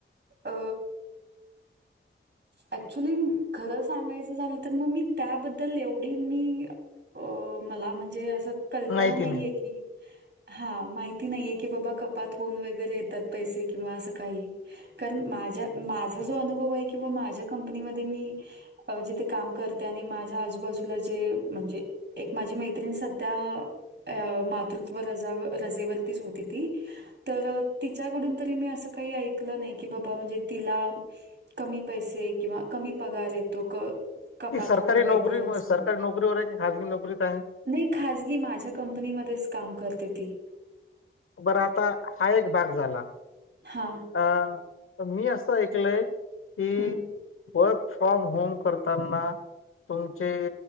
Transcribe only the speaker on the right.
अ ऍक्च्युली खरं सांगायचं झालं तर मग मी त्याबद्दल एवढी मी अ मला म्हणजे असं कल्पना
नाहीये
की हा माहिती नाहीये की बाबा कपात होऊन वगैरे येतात पैसे कि किंवा असं काही कारण माझ माझा जो अनुभव आहे किंवा माझ्या कंपनीमध्ये मी अ जिथे काम करते आणि माझ्या आजूबाजूला जे म्हणजे एक माझी मैत्रिण सध्या अ मातृत्व रजा रजेवरतीच होती ती तर तिच्याकडून तरी मी असं काही ऐकलं नाही की बाबा म्हणजे तिला कमी पैसे किंवा कमी पगार येतो क कपात
होऊन वगैरे
असं.
नाही खाजगी माझ्या कंपनीमध्येच काम करते ती
हा
हं,